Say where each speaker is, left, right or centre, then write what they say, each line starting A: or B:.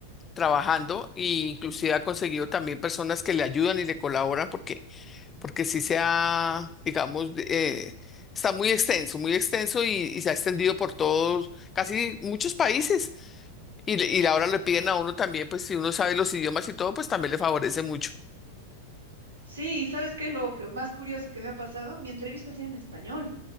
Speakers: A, on the left; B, on the right.
A: trabajando e inclusive ha conseguido también personas que le ayudan y le colaboran porque, porque sí se ha, digamos, de- eh, está muy extenso, muy extenso y, y se ha extendido por todos, casi muchos países. Y, y ahora le piden a uno también, pues si uno sabe los idiomas y todo, pues también le favorece mucho.
B: Sí, ¿sabes qué es lo que más curioso que me ha pasado? Mi entrevista hacía en español.